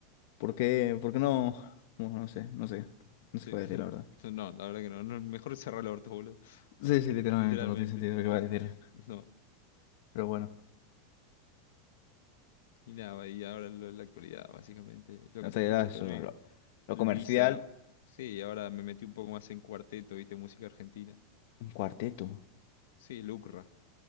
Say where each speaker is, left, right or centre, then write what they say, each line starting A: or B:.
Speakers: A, on the left; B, on the left.
A: ¿Por qué, por qué no? No, no sé, no sé. No sé
B: Sí.
A: qué voy a
B: <laughs>
A: decir, la verdad.
B: No, la verdad que no. no, mejor cerrar el orto, boludo.
A: Sí, sí, literalmente,
B: Literalmente.
A: no tiene sentido lo que voy a decir.
B: No.
A: Pero bueno,
B: Y nada, y ahora lo- la actualidad, básicamente. Lo
A: no
B: que
A: te
B: se escucha
A: dirá eso.
B: todo el día.
A: Lo, lo
B: Luisa.
A: comercial,
B: Sí, ahora me metí un poco más en cuarteto, viste, música argentina.
A: un cuarteto.
B: Sí, Lucra.